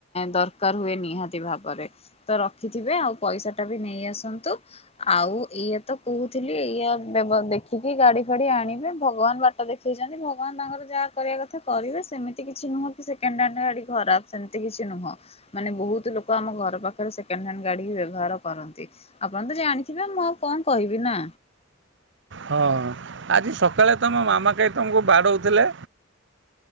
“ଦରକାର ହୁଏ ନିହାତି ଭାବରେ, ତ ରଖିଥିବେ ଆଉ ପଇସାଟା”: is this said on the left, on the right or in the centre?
Left